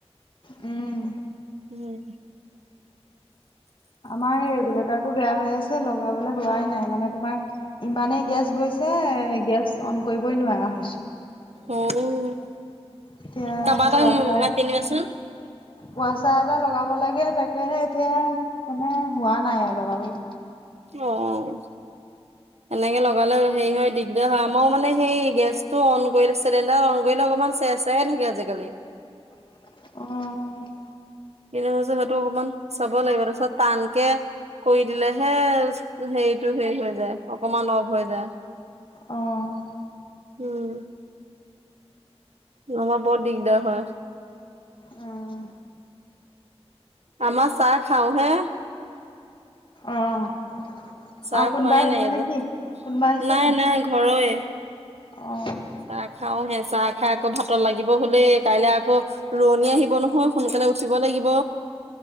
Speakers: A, on the left (about 50°); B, on the right (about 80°).
A: উম।
B: উম।
A: আমাৰ এই ৰেগুলেটাৰটো বেয়া হৈ আছে, লগাবলৈ হোৱাই নাই মানে তোমাৰ ইমানেই গেছ গৈছে গেছ অন কৰিবই নোৱাৰা হৈছো।
B: অ',
A: এতিয়া
B: কাবা
A: সেই
B: এটাক
A: ৱাচাৰ
B: মাতি নিবাচোন।
A: ৱাচাৰ এটা লগাব লাগে তাকেহে এতিয়া মানে হোৱা নাই আৰু লগাবলে।
B: অ'। এনেকে লগালেও হেৰি হয়, দিগদাৰ হয় আমাৰ মানে সেই গেছ টো অন কৰিলে চিলিণ্ডাৰ অন কৰিলে অকণমান চেচ- চে চেয়াই থাকে আজিকালি।
A: অ'।
B: কিনো হৈছে সেইটো অকমান চাব লাগিব তাৰ পিছত টানকে কৰি দিলেহে হেৰিটো হেৰি হৈ যায়, অকনমান অফ হৈ যায়।
A: অ'।
B: উম। নহ'বা বৰ দিগদাৰ হয়।
A: উম।
B: আমাৰ চাহ খাও হে।
A: অ',
B: চাহ
A: আৰু কোনোবা
B: খোৱাই
A: আহিছে
B: নাই
A: নেকি?
B: যে
A: কোনোবা আহিছে
B: নাই
A: নি?
B: নাই ঘৰয়ে।
A: অ'।
B: চাহ খাও হে, চাহ খাই আকৌ ভাতৰ লাগিব হ'লেই কাইলে আকৌ ৰোৱনী আহিব নহয় সোনকালে উঠিব লাগিব।